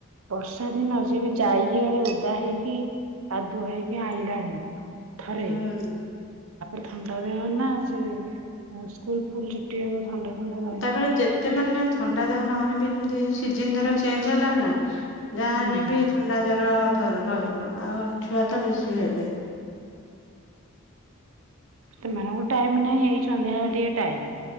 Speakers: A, on the right; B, on the left.
A: ବର୍ଷା ଦିନ ସେ ବି ଯାଇକି ଆଡ଼େ ଓଦା ହେଇକି ଆ ଦୁହେଇକି ଆଇଲାଣି। ଥରେ
B: ହୁଁ
A: ତାପରେ ଥଣ୍ଡାବି ହୁଏନା ସେ ସ୍କୁଲ ଫୁଲ ଛୁଟି ହେବ। ଥଣ୍ଡା <unintelligible>
B: ତାପରେ ଯେତେ ମାନେ ଥଣ୍ଡା ଦେହ ନହେଲେ ବି ଯେମିତି ସିଜିନ ଧର ଚେଞ୍ଜ ହେଲାଣି ନା ଯାହେଲେ
A: ହୁଁ।
B: ବି ଥଣ୍ଡା, ଜର ଧର ରହିବ ଆଉ ଛୁଆ ତ ବେଶୀ ହେବେ।
A: ସେମାନଙ୍କୁ ଟାଇମ୍ ନାହିଁ ଏଇ ସନ୍ଧ୍ୟାବେଳେ ଟିକେ ଟାଇମ୍।